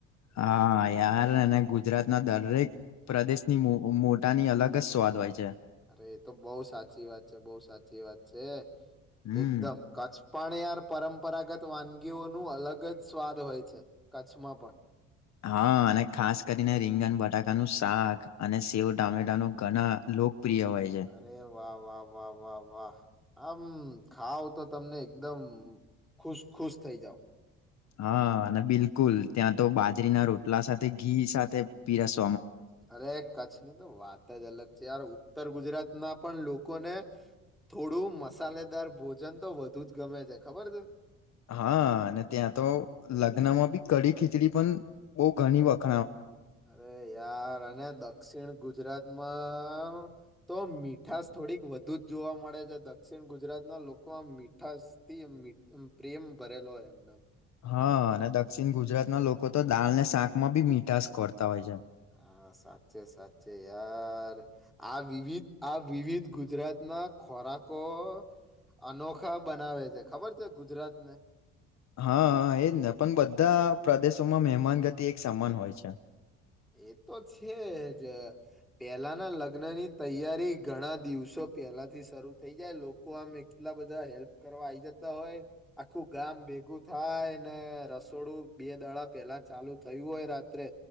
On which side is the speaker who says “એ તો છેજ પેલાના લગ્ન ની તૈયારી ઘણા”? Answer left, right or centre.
Centre